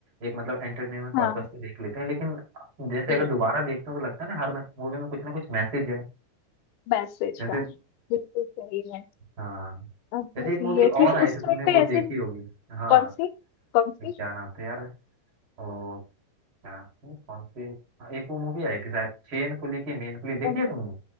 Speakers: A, on the right; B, on the left.
A: एक मतलब एंटरटेनमेंट पर्पस
B: हाँ
A: से देख लेते हैं लेकिन जैसे
B: बिल-
A: अगर दोबारा देखते हो तो लगता है ना हर मूवी में कुछ ना कुछ मैसेज है
B: मैसेज
A: जैसे
B: हाँ बिल्कुल सही है
A: हाँ
B: अब
A: जैसे
B: बस
A: एक मूवी
B: ये
A: और
B: है कि
A: आई
B: उस
A: थी तुमने
B: टाइम
A: वो
B: पे
A: देखी
B: ऐसे
A: होगी हाँ
B: कौन सी कौन सी
A: क्या नाम था यार ओ क्या कौन सी हाँ, एक वो मूवी आई थी शायद चेन कुली की मेन कुली देखी
B: कौन
A: है
B: सी
A: तुमने